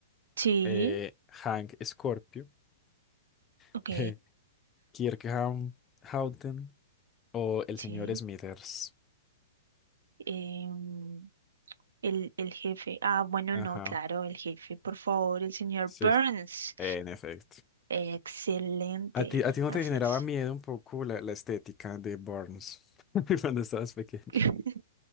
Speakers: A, on the right; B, on the left.
A: sí,
B: eh, Hank Scorpio,
A: ok,
B: <laughs> Kirk Ham- Houghton o el
A: sí.
B: señor Smithers.
A: em, el, el jefe, ah, bueno,
B: Ajá,
A: no, claro, el jefe, por favor, el señor
B: sí,
A: Burns.
B: en efecto.
A: Excelente,
B: ¿A ti, a ti no
A: así
B: te generaba
A: es.
B: miedo un poco la, la estética de Barnes <laughs> cuando estabas pequeño?
A: <laughs>